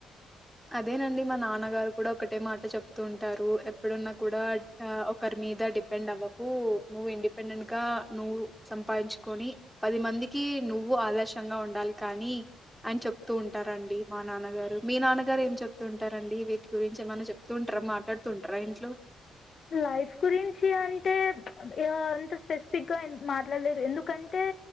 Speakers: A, in the centre; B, on the left (about 50°).
A: అదేనండి మా నాన్నగారు కూడా ఒకటే మాట్ చెప్తూ ఉంటారు ఎప్ డున్నా కూడా ఆ ఒకరి మీద డిపెండ్ అవ్వకు నువ్ ఇండిపెండెన్ ఇంకా నువ్వు సంపాయిన్ చుకొని పది మందికి నువ్వు ఆదర్శంగా ఉండాలి కానీ అన్ చెప్ తు ఉంటారండి మా నాన్నగారు మీ నాన్న గ గార్ ఏం చెప్ తుంటారండి వీటి గురించి ఏమన్నా చెప్ తుంటారా మాట్లాడ్ తుంటారా ఇంట్లో
B: లైఫ్ గురించి అంటే ఈ గ అంత స్పెస్ ఫిక్ గా మాట్లాడ్ లేదు ఎందుకన్ టే